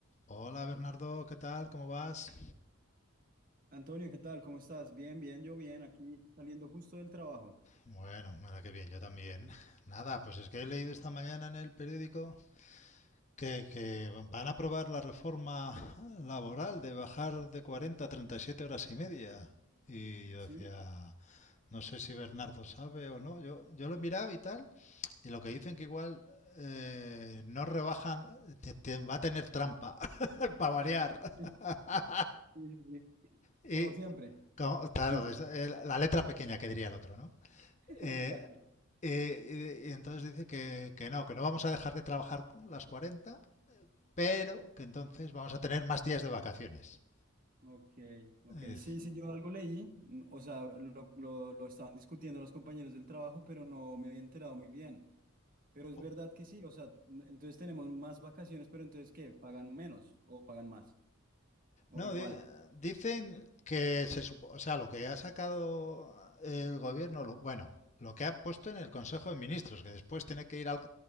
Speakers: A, on the left; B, on the right.
A: Hola Bernardo, ¿qué tal? ¿Cómo vas?
B: Antonio, ¿qué tal? ¿Cómo estás? Bien, bien, yo bien, aquí saliendo justo del trabajo.
A: Bueno, mira qué bien, yo también. <laughs> Nada, pues es que he leído esta mañana en el periódico que, que van a aprobar la reforma laboral de bajar de 40 a 37 horas y media. Y yo
B: Sí,
A: decía, no sé si Bernardo sabe o no, yo, yo lo he mirado y tal, y lo que dicen que igual eh, no rebajan, te- te- va a tener trampa, <laughs> para variar.
B: sí,
A: <laughs>
B: sí, sí, sí,
A: Y,
B: como siempre.
A: como- claro,
B: <laughs>
A: es eh, la letra pequeña que diría el otro, ¿no? Eh,
B: Exacto.
A: eh, y, y entonces dice que, que no, que no vamos a dejar de trabajar las cuarenta pero que entonces vamos a tener más días de vacaciones.
B: Ok, ok,
A: Es-
B: sí, sí, yo algo leí, mm, o sea, lo, lo, lo estaban discutiendo los compañeros del trabajo, pero no me había enterado muy bien. Pero es
A: po-
B: verdad que sí, o sea, n- entonces tenemos más vacaciones, pero entonces ¿qué? ¿Pagan menos o pagan más? O
A: No,
B: igual.
A: di- dicen que se supo, o sea, lo que ha sacado el gobierno, lo- bueno, lo que ha puesto en el Consejo de Ministros, que después tiene que ir al,